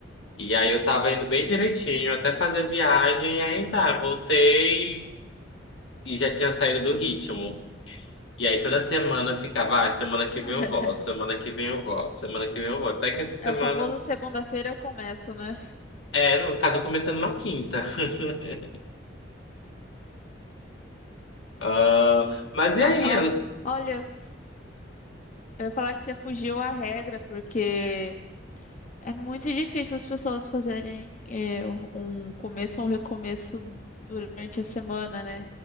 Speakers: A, on the left (about 75°); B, on the left (about 40°).
A: E aí eu tava indo bem direitinho até fazer a viagem. E aí tá, voltei e já tinha saído do ritmo. E aí toda semana eu ficava, ah, semana que
B: <laughs>
A: vem eu volto, semana que vem eu volto, semana que vem eu volto. Até que essa semana.
B: É o famoso segunda-feira eu começo, né?
A: É, no caso eu comecei numa quinta. <laughs> Ah, mas e
B: Ah,
A: aí?
B: ó, Olha, eu ia falar que você fugiu à regra, porque é muito difícil as pessoas fazerem eh, um começo ou um recomeço durante a semana, né?